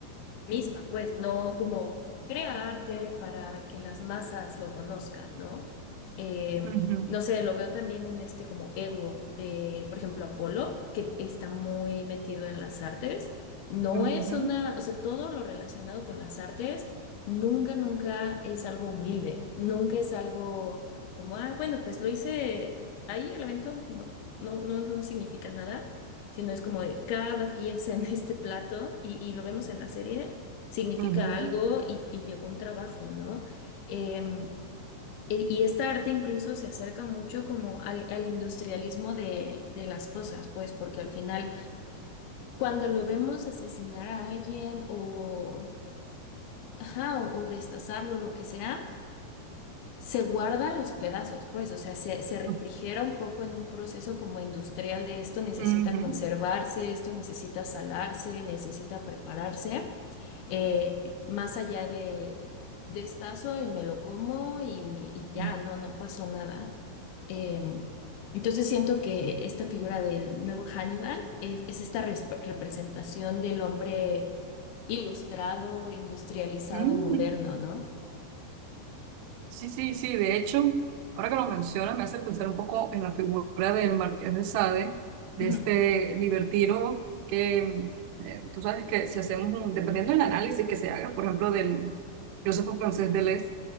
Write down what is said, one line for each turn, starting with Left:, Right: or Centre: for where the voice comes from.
Left: misma, pues no como crea arte para que las masas lo conozcan, ¿no? Eh,
Right: ujú.
Left: no sé, lo veo también en este como ego de, por ejemplo, Apolo, que está muy metido en las artes. No
Right: Ujú,
Left: es una, o sea, todo lo relacionado con las artes nunca, nunca es algo humilde, nunca es algo como, ah, bueno, pues lo hice ahí, el evento no, no, no significa nada sino es como de cada pieza en este plato, y, y lo vemos en la serie, significa
Right: ujú,
Left: algo y, y llevó un trabajo, ¿no? Em, e- y esta arte incluso se acerca mucho como al, al industrialismo de, de las cosas, pues, porque al final, cuando lo vemos asesinar a alguien o, ajá, o, o destazarlo, lo que sea, se guardan los pedazos, pues, o sea, se, se refrigera
Right: ujú,
Left: un poco en un proceso como industrial de esto necesita
Right: ujú,
Left: Ujú. conservarse, esto necesita salarse, necesita prepararse. eh, más allá de destazo y me lo como y, y ya,
Right: ujú.
Left: no, no pasó nada. Em, entonces siento que esta figura del nuevo Hannibal es, es esta res- representación del hombre ilustrado, industrializado,
Right: Mm,
Left: moderno, ¿no?
Right: Sí, sí, sí, de hecho, ahora que lo menciona me hace pensar un poco en la figura del Marqués de Sade, de
Left: Ujú.
Right: este libertino que eh, tú sabes que si hacemos un, dependiendo del análisis que se haga, por ejemplo, del filósofo francés Deleuze,